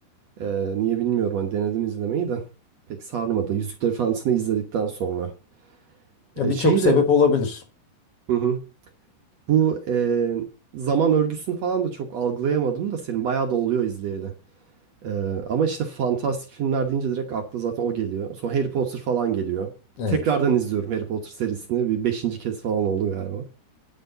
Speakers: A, on the right; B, on the left.
A: Ee, niye bilmiyorum hani denedim izlemeyi de pek sarmadı. Yüzükler Efendisi'ni izledikten sonra.
B: Ya
A: Ee,
B: birçok
A: şeyi
B: sebep
A: de
B: olabilir.
A: hı hı, bu e, zaman örgüsünü falan da çok algılayamadım da senin bayağı da oluyor izleyeli. Ee, ama işte fantastik filmler deyince direkt akla zaten o geliyor. Sonra Harry Potter falan geliyor.
B: Evet.
A: Tekrardan izliyorum Harry Potter serisini. Bir beşinci kez falan oldu galiba.